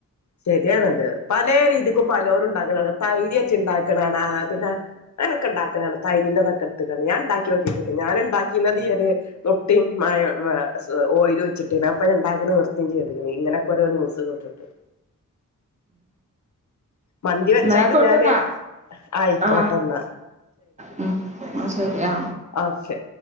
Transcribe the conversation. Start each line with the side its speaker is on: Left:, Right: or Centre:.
Left: ശരിയാണത് പലേ രീതിക്കും പലോരും ഇണ്ടാക്ക്ണാണ തൈര് വെച്ച് ഇണ്ടാക്ക്ണാണ പിന്നെ അനൊക്കെ ഇണ്ടാക്ണാണ തൈരിന്റെ ഇതൊക്കേ ഇട്ത്ത് ങ്ങാണ്ട് ഞാ ഇണ്ടാക്കി നോക്കിട്ടില്ല ഞാൻ ഇണ്ടാക്കിന്നത് ഈ ഒര് മുട്ടിം മയോ ഓയിൽ ഒഴിച്ചിട്ട് ഞാപ്പ അയ്ന് ഇണ്ടാക്കൽ നി ർത്തി ചെയ്ത്ക്ക്ണു ഇങ്ങനൊക്കെ ഓരോ ന്യൂസ് കേട്ടിട്ട് മന്തി വെച്ചാലും
Right: എന്നായിക്കോട്ടെന്നാ
Left: ഞാന് ആയിക്കോട്ടെ
Right: ആ
Left: ന്നാ
Right: ഉം ന്നാ ശെരിയാ
Left: ഓകെ